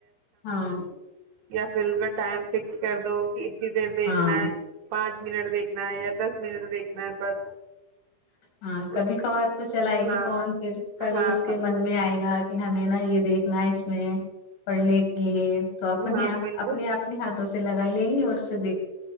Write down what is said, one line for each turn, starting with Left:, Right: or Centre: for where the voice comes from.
Left: ہاں
Right: یس <unintelligible> فلم کا ٹائم فکس کر دو اتنی دیر دیکھنا
Left: ہاں
Right: ہے پانچ منٹ دیکھنا ہے یا دس منٹ دیکھنا ہے بس
Left: ہاں کبھی
Right: اس
Left: کبھار تو چ چلائے
Right: ہاں
Left: گی فون پھر
Right: ہاں
Left: کبھی اس
Right: ہاں ہاں
Left: کے من میں آئے گا کہ ہمیں نا یہ دیکھنا ہے اس میں پڑھنے کی تو اپنے
Right: ہاں
Left: آ
Right: بالکل
Left: اپنے آنے ہات تو اس سے لگائی لیں گی اور سے دیک